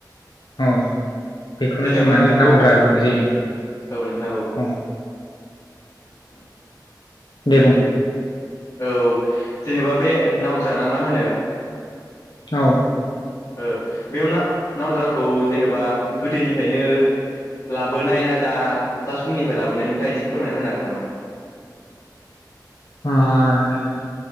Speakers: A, on the left (about 85°); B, on the left (about 45°).
A: औ बेखौनो
B: जेनेबा
A: जों माने
B: बेखौ
A: नावद्रा बुंनाय जायो
B: औ नोंथां
A: औ। दे बुं।
B: औ जेनेबा बे नावद्रा ना मा होनो?
A: औ।
B: ओ बेयावा ना-नावद्राखौ जेनेबा गोदोनिफ्रायनो लाबोनाय ना दा दा समनिफ्राय लाबोनाय नोंथाङा एसे फोरमायना होनो हागोन नामा?
A: <unintelligible>